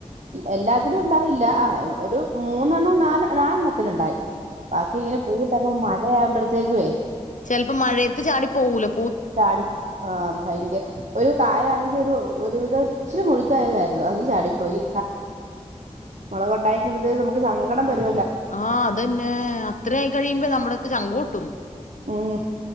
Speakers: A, on the right (about 70°); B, on the left (about 75°).
A: എല്ലാത്തിലും ഉണ്ടായില്ല ആ ഒരു മൂന്നെണ്ണം നാല് നാലെണ്ണത്തില്ണ്ടായി ബാക്കി ഇങ്ങനെ പൂവിട്ട്പം മഴയായപഴ് തെഗുവേ
B: ചെലപം മഴയത് ചാടിപോവൂലെ
A: ചാടി ആ ഭയങ്ക ഒരു കായാണെങ്കി ഒരു ഒരുവിധം ച്ചിരി മുഴുതായിര്ന്നു അത് ചാടി പോയി മുളക്ണ്ടായി വരുംബതേകും നമ്മക് സങ്കടം വര്
B: ആ അതന്നെ അത്രയായി കഴിയുംബം നമ്മളൊകെ ചങ്ക് പൊട്ടും
A: ഉം